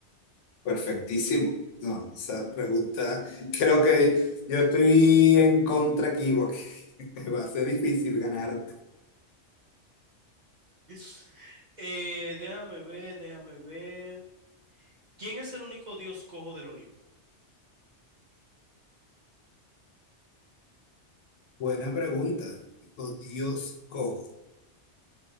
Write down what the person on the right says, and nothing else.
<laughs> Eh, déjame ver, déjame ver. ¿Quién es el único dios cojo del Olimpo?